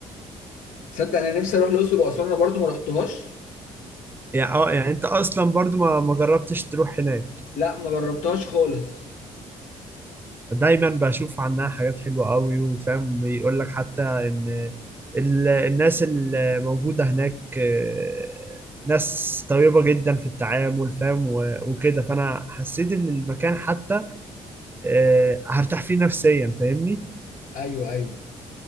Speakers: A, on the left; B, on the right.
A: صدق انا نفسي اروح الاقصر واسوان انا برضو ما رحتهاش
B: يعني اه يعني انت اصلا برضو ما ما جربتش تروح هناك
A: لا ما جربتهاش خالص
B: دايما بشوف عنها حاجات حلوة قوي وفاهم بيقول لك حتى ان ال- الناس اللي موجودة هناك آه، ناس طيبة جدا في التعامل فاهم و- وكده فانا حسيت ان المكان حتى آه، هرتاح فيه نفسيا فاهمني
A: ايوه ايوه